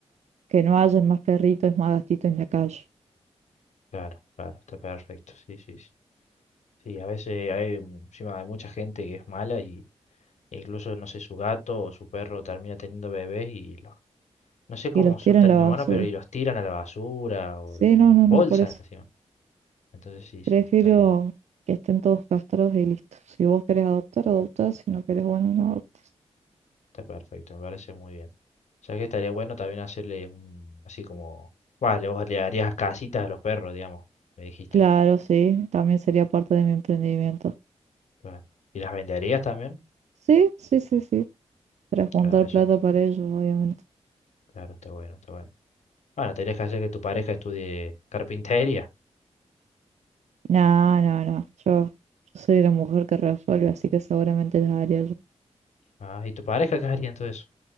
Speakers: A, on the right; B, on the left.
A: que no hayan más perritos, más gatitos en la calle
B: Claro, claro, está perfecto. Sí, sí, sí. Sí, a veces hay, encima hay mucha gente que es mala y e incluso, no sé, su gato o su perro termina teniendo bebés y los, no sé cómo
A: y los
B: son
A: tiran
B: tan
A: a la
B: inhumanos,
A: basura.
B: pero y los tiran a la basura o
A: Sí,
B: en
A: no, no, no,
B: bolsa
A: por eso.
B: encima. Entonces, sí, sí,
A: Prefiero
B: está bien.
A: que estén todos castrados y listos. Si vos querés adoptar, adoptar. Si no querés, bueno,
B: Está-
A: no adoptar.
B: Está perfecto, me parece muy bien. O sea que estaría bueno también hacerle un, así como, vale, vos le harías casitas a los perros, digamos, me dijiste.
A: Claro, sí, también sería parte de mi emprendimiento.
B: Claro. ¿Y las venderías también?
A: Sí, sí, sí, sí. Para juntar
B: Claro, eso,
A: plata
B: est-
A: para ellos, obviamente.
B: claro, está bueno, está bueno. Bueno, tendrías que hacer que tu pareja estudie carpintería.
A: No, no, no. Yo, yo soy la mujer que resuelve, así que seguramente les haría yo.
B: Ah, ¿y tu pareja qué haría entonces?